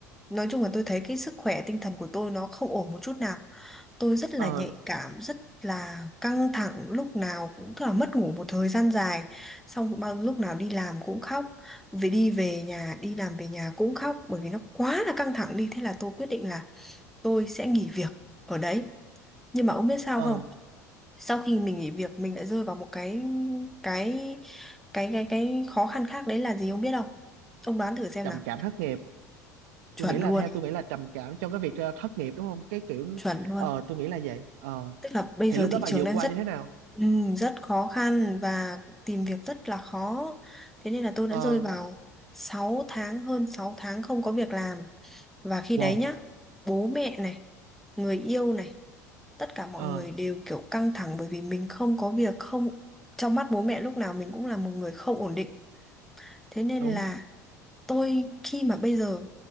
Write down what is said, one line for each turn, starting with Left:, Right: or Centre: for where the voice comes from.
Centre: nói chung là tôi thấy cái sức khỏe tinh thần của tôi nó không ổn một chút nào. Tôi rất là
Right: ờ
Centre: nhạy cảm, rất là căng thẳng, lúc nào cũng tức là mất ngủ một thời gian dài, xong bao lúc nào đi làm cũng khóc, về đi về nhà, đi làm về nhà cũng khóc, bởi vì nó quá là căng thẳng đi, thế là tôi quyết định là tôi sẽ nghỉ việc ở đấy. Nhưng mà ông biết sao
Right: ờ
Centre: không? sau khi mình nghỉ việc mình lại rơi vào một cái cái cái cái cái khó khăn khác đấy là gì ông biết không ông đoán thử xem
Right: trầm
Centre: nào
Right: cảm thất nghiệp
Centre: chuẩn
Right: tôi nghĩ là
Centre: luôn
Right: theo tôi nghĩ là trầm cảm trong cái việc ờ, thất nghiệp đúng không cái kiểu
Centre: chuẩn luôn
Right: ờ tôi nghĩ là vậy ờ
Centre: tức là bây giờ
Right: thì lúc đó
Centre: thị
Right: bà
Centre: trường
Right: vượt
Centre: đang
Right: qua
Centre: rất
Right: như thế nào
Centre: ừm, rất khó khăn và tìm việc rất là khó thế nên là tôi đã
Right: ờ
Centre: rơi vào sáu tháng hơn 6 tháng không có việc làm và khi
Right: wow
Centre: đấy nhá bố mẹ này người yêu này tất cả mọi
Right: ờ
Centre: người đều kiểu căng thẳng bởi vì mình không có việc không trong mắt bố mẹ lúc nào mình cũng là một người không ổn định Thế nên
Right: đúng
Centre: là tôi khi mà bây giờ